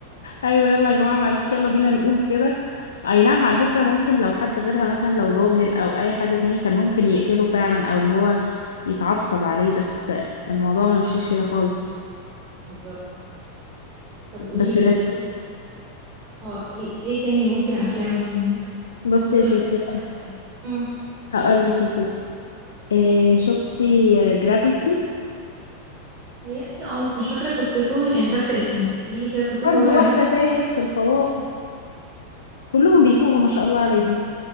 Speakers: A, on the left; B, on the right.
A: ايوه يلا يا جماعة معلش يلا بينا نقوم كده اي نعم على فكرة ممكن لو حد غيرها مثلا لو راجل او اي حد تاني كان ممكن يقتله فعلا او اللي هو يتعصب عليه بس الموضوع ما مشيش كده خالص
B: بالظبط طب قولي
A: بس
B: لي
A: لذيذ
B: اه ايه إيه تاني ممكن افلام
A: بصي
B: تكون
A: يا ستي
B: نفس اللي حكى فيها امم
A: هقول لك يا ستي إيه شفتي جرافيتي
B: هي اه بس مش فاكره قصته يعني فاكره اسمه قولي لي كده قصته
A: برضو
B: عباره عن
A: واحدة
B: ايه
A: تاهت في الفضاء كلهم بيتوهوا ما شاء الله عليهم